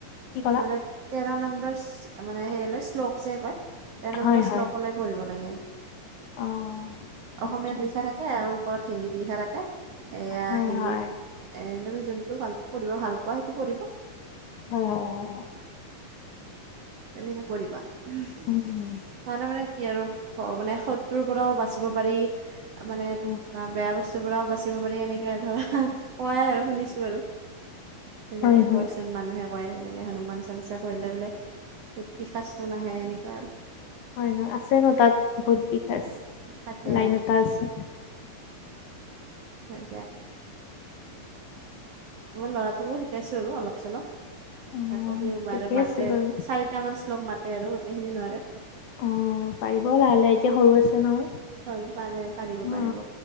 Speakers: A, on the right; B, on the left.
A: <unintelligible>
B: কি ক'লা?
A: মানে তেৰ নাম্ব ইচ মানে <unintelligible> শ্লোক যে কয় তেৰ নম্বৰ
B: হয়
A: শ্লোকলৈ
B: হয়।
A: পঢ়িব লাগে। <inaudible>
B: অ সেইটো
A: অসমীয়াত লিখা থাকে আৰু ওপৰত হিন্দীত লিখা থাকে এয়া
B: হয়
A: হিন্দী
B: হয়
A: এ' তুমি যোনটো ভাল পঢ়িব ভাল পোৱা সেইটো পঢ়িবা।
B: হয় হয় হয়
A: তেনেকে পঢ়িবা <unintelligible>
B: উম উম
A: পাৰলে মানে কি আৰু। মানে শত্ৰুৰ পৰাও বাচিব পাৰি মানে
B: উম
A: বা বেয়া বস্তুৰ পৰাও বাচি বাচিব পাৰি এনেকে ধৰা কয় আৰু শুনিছো বাৰু। সেনেকে
B: হয় হয়
A: কয়চোন মানুহে কয় এনেকে হনুমান চালিচা পঢ়িলে বোলে ভূত - পিশাচ নাহে এনেকুৱা আৰু।
B: হয়, নহ আছে ন' তাত ভূত পি বছ
A: তাকে
B: লাইন এটা আছে।
A: হয় দিয়া। মই লৰাটোকো শিকাইছো আৰু অলপ- চলপ।
B: অ
A: তাকো সিও
B: ঠিকে
A: মাৰে মাতেন
B: আছে বাৰু
A: চাৰিটা মান শ্লোক মাতে আৰু গোটেই খিনি নোৱাৰে।
B: অহ, পাৰিব লাহে -লাহে এতিয়া সৰু আছে। নহয়
A: হল পাৰে পাৰিব -পাৰিব
B: অ